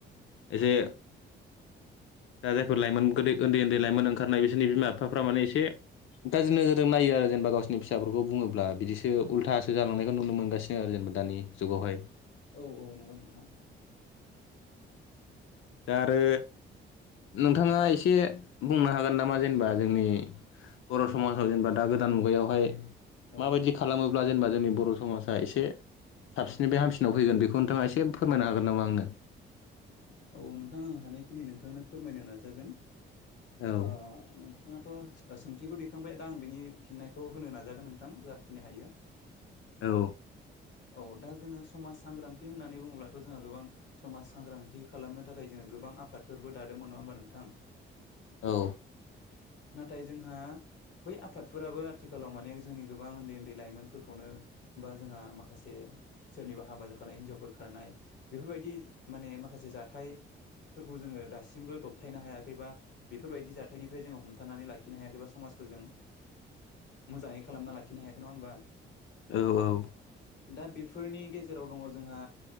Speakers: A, on the left (about 80°); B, on the left (about 65°).
A: एसे दा जायफोर लाइमोन गोदै उन्दै उन्दै लाइमोन ओंखारनाय बिसोरनि बिमा बिफाफ्रा माने एसे गाज्रि नोजोरजों नायो आरो जेनेबा गावसोरनि फिसाफोरखौ बुङोब्ला बिदिसो उल्थासो जालांनायखौ नुनो मोनगासिनो आरो जेनेबा। दानि जुगावहाय।
B: औ औ नंगौ नोंथां।
A: दा आरो नोंथाङा एसे बुंनो हागोन नामा जेनेबा जोंनि बर समाजाव जेनेबा दा गोदान मुगायावहाय
B: औ
A: माबायदि खालामो ब्ला जेनेबा जोंनि बर समाजा एसे साबसिननिफ्राय हामसिनाव फैगोन बेखौ नोंथाङा एसे फोरमायनो हागोन नामा आंनो?
B: औ नोंथां आं हानायखिनि नोंथांनो फोरमायनो नाजागोन।
A: औ
B: ओ-नोंथाङाथ सोंथि दैखांबाय दा आं बिनि फिननायखौ होनो नाजागोन नोंथां जाखिनि हायो।
A: औ
B: औ दा जोङो समाज सांग्रांथि होननानै बुङोब्लाथ जोंहा गोबां समाज सांग्रांथि खालामनो थाखाय जोङो गोब गोबां आफादफोरबो दादोंमोन नङा होमबा नोंथां?
A: औ
B: <inaudible> नाथाय जोंहा बै आफादफोराबो आथिखालाव माने जोंनि गोबां उन्दै उन्दै लाइमोनफोरखौनो बा जोंहा मा माखासे सोरनिबा हाबा जाखानाय हिनजावफोर खारनाय बेफोरबायदि माने माखासे जाथाय फोरबो जोङो दासिमबो दबथायनो हायाखै बा बेफोरबायदि जाथायनिफ्राय जोङो हमथानानै लाखिनो हायाखै बा समाज जों मोजाङै खालामना लाखिनो हायाखै नङा होमबा?
A: औ औ
B: दा बेफोरनि गेजेराव दङ जोंहा